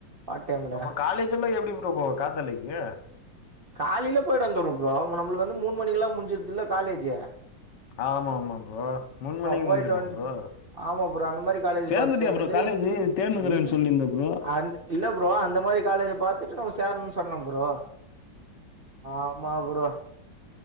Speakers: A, on the right; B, on the left.
A: பார்ட் டைம்ல
B: அப்போ காலேஜ் எல்லா எப்டி எப்டி ப்ரோ காத்தாலிக்கு
A: காலில போயிட்டு வந்துருவே ப்ரோ நம்மளுக்கு வந்து மூணு மணிக்கெல்லா முஞ்சிட்து இல்ல காலேஜே
B: ஆமா ஆமா ப்ரோ ப்ரோ மூணு மணிக்கு
A: போயிட்டு
B: முஞ்சிருமா
A: வந்துட்டு
B: ப்ரோ
A: ஆமா ப்ரோ அந்த மாரி காலேஜ்
B: சேந்துட்டியா
A: பாத்து சேந்துட்டு
B: ப்ரோ காலேஜ் தேடினுக்குறே
A: இல்
B: சொல்லிருந்த ப்ரோ
A: அந்த இல்ல ப்ரோ அந்த மாரி காலேஜ பாத்துட்டு நம்ம சேரணும்னு சொன்னே ப்ரோ ஆமா ப்ரோ